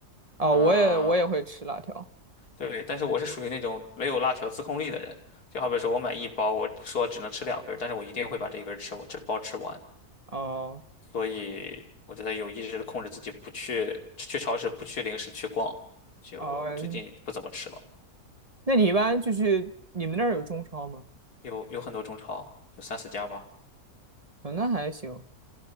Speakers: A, on the right (about 30°); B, on the left (about 85°).
A: 啊、
B: 嗯，
A: 我也我也会吃辣条。
B: 对，但是我是属于那种没有辣条自控力的人，就好比说我买一包，我说只能吃两根儿，但是我一定会把这一根儿吃，我这包吃完。
A: 哦
B: 所以我觉得有意识的控制自己，不去去超市，不去零食去逛，就最近不怎么吃了。
A: 哦，那你一般就是你们那儿有中超吗？
B: 有有很多中超，有三四家吧。
A: 啊、那还行。